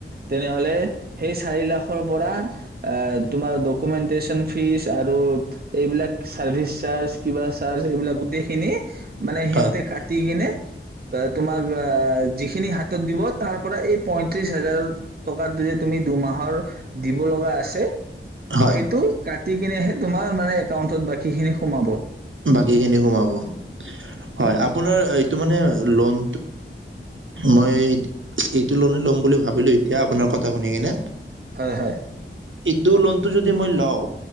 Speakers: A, on the right (about 45°); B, on the right (about 70°).
A: তেনেহলে সেই চাৰি লাখৰ পৰা তোমাৰ ডকুমেণ্টেচন ফিজ আৰু এইবিলাক চাৰ্ভিচ চাৰ্জ কিবা চাৰ্জ এইবিলাক গোটেইখিনি মানে সিহঁতে
B: হয়
A: কাটি কিনে বা তোমাক আআআআ যিখিনি হাতত দিব তাৰ পৰা এই পঁয়ত্ৰিশ হাজাৰ উ টকাটো যে তুমি দুমাহৰ দিব লগা আছে
B: হয়
A: সেইটো কাটি কিনেহে তোমাৰ মানে একাউন্টত বাকী খিনি সোমাব
B: বাকী খিনি সোমাব হয় আপোনাৰ এইটো মানে লোন মই এইটো মই এইটো লোনে ল'ম বুলি ভাবিলো এতিয়া আপোনাৰ কথা শুনি কিনে
A: হয় হয়
B: এ লোনটো যদি মই লয়